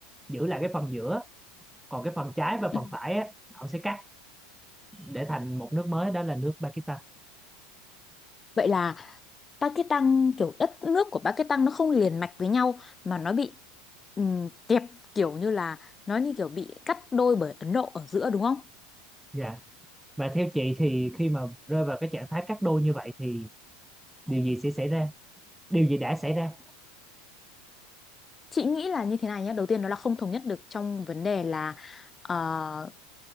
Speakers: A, in the centre; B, on the left.
A: giữ lại cái phần giữa còn cái phần trái và
B: Ừ.
A: phần phải á ông sẽ cắt để thành một nước mới đó là nước Pakistan
B: Vậy là Pakistan kiểu đất nước của Pakistan nó không liền mạch với nhau mà nó bị ừm, kẹp kiểu như là nó như kiểu bị cắt đôi bởi Ấn Độ ở giữa đúng không?
A: dạ và theo chị thì khi mà rơi vào cái trạng thái cắt đôi như vậy thì điều gì sẽ xảy ra điều gì đã xảy ra
B: Chị nghĩ là như thế này nhé. Đầu tiên nó là không thống nhất được trong vấn đề là ờ,